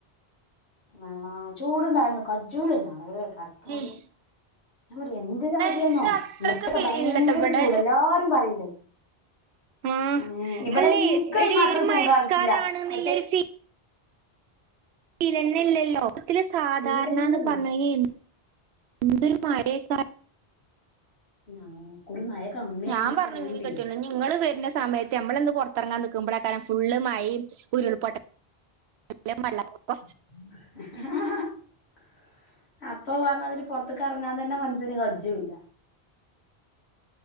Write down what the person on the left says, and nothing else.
ആഹ്, ചൂടുണ്ടായിരുന്നു കജൂലന്നാളേ കടക്കാന്
ഞാൻ പറയാന്നു ഇതൊരുാവ്യന്നോ
ഇന്നൊക്കെ
ഭയങ്കര
ചൂട് എല്ലാരും പറയണ്ടേയ്,
ഏഹ്, ഇവിടെ
ഇൻകൈമാത്രം
ചൂടാവിക്കില്ല
പക്ഷെ,
ഫീലന്നെ
ആഹ് ഇക്കുറി മയ കമ്മിയാണ്ന്ന്
പറയണ്ടേ,
<inaudible> അപ്പൊ പറഞ്ഞതിരു പുറത്ക്കെറെങ്ങാൻ തന്നെ മനസ്സിന് കജ്ജുല്ല,